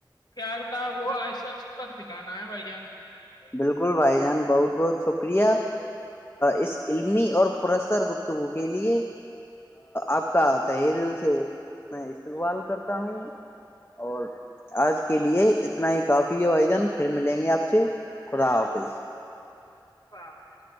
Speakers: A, on the left; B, on the left.
A: خیال تھا وہ آج سچ کر دکھانا ہے بھائی جان
B: بالکل بھائی جان بہت بہت شکریہ اس علمی اور پرستر گفتگو کے لیے آپ کا تح دل سے میں استقبال کرتا ہوں اور آج کے لیے اتنا ہی کافی ہے بھائی جان پھر ملیں گے آپ سے خدا حافظ
A: ہ بتا